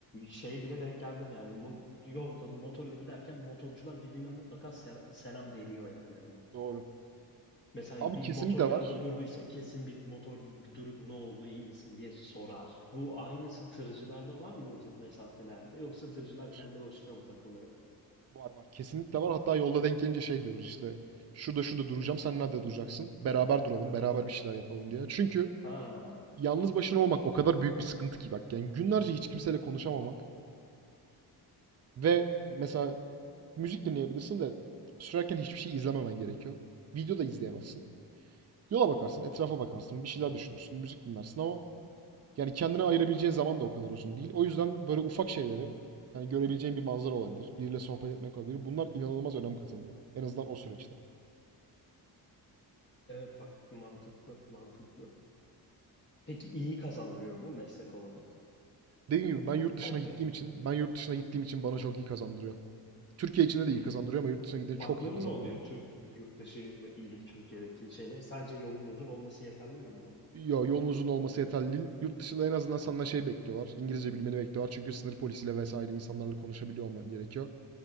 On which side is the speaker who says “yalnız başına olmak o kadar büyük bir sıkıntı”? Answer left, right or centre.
Right